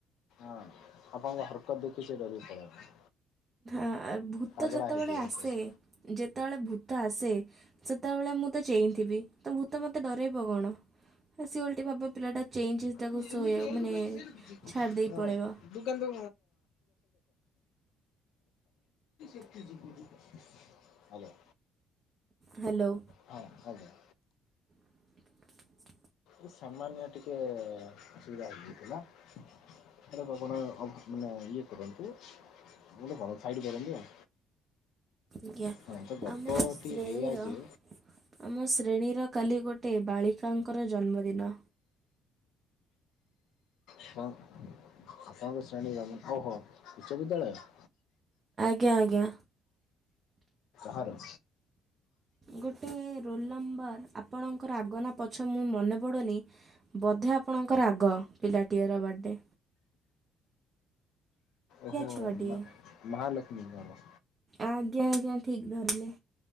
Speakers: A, on the left; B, on the right.
A: ଆପଣଙ୍କ ହରକତ ଦେଖି ସେ ଡରିକି ପଳେଇବ।
B: ଆ ଭୂତ
A: ପାଗଳା
B: ଯେତେବେଳେ
A: ହେଇଯିବ
B: ଆସେ
A: ସେ।
B: ଯେତେବେଳେ ଭୂତ ଆସେ ସେତେବେଳେ ମୁଁ ତ ଚେଇଁଥିବି ତ ଭୂତ ମତେ ଡରାଇବ କଣ ସେ ଓଲଟି ଭାବେ ପିଲାଟା ଚେଇଁଛି ତାକୁ
A: ମୁଁ
B: ଶୋଇ
A: ଏମିତି ଏଇଠି
B: ମାନେ
A: କହିଛି <unintelligible>
B: ଛାଡ଼ି ଦେଇ
A: ହଁ
B: ପଳେଇବ
A: ଦୋକାନ ତ। <unintelligible> <unintelligible> ହାଲୋ।
B: ହ୍ୟାଲୋ
A: ହଁ ଆଜ୍ଞା।
B: <inaudible>
A: ଏ ସାମାନ୍ୟ ଟିକେ ଅସୁବିଧା ହେଇଯାଇଥିଲା। <inaudible> ଆଉ ଟିକେ ମାନେ ଇଏ କରନ୍ତୁ। ଗୋଟେ ଘର ସାଇଡ଼ କରନ୍ତି ଆଉ।
B: ଆଜ୍ଞା
A: ହଁ ତ ଗପଟି
B: ଆମ ଶ୍ରେଣୀର
A: ଏଇଆ ଯେ
B: ଆମ ଶ୍ରେଣୀର କାଲି ଗୋଟିଏ ବାଳିକାଙ୍କର ଜନ୍ମଦିନ।
A: ହଁ ଆପଣଙ୍କ ଶ୍ରେଣୀର ହଉ ହଉ ଉଚ୍ଚ ବିଦ୍ୟାଳୟ?
B: ଆଜ୍ଞା ଆଜ୍ଞା।
A: ଭାରତ।
B: ଗୋଟେ ରୋଲ୍ ନମ୍ବର ଆପଣଙ୍କର ଆଗନା ପଛ ମୁଁ ମନେ ପଡ଼ୁନି ବୋଧେ ହେ ଆପଣଙ୍କର ଆଗ ପିଲାଟିଏର ବିର୍ଥ୍ଡ।
A: ଓହୋ
B: ଛୁଆଟିଏ
A: ମା ମହାଲକ୍ଷ୍ମୀଙ୍କର।
B: ଆଜ୍ଞା ଆଜ୍ଞା ଠିକ ଧରିଲେ।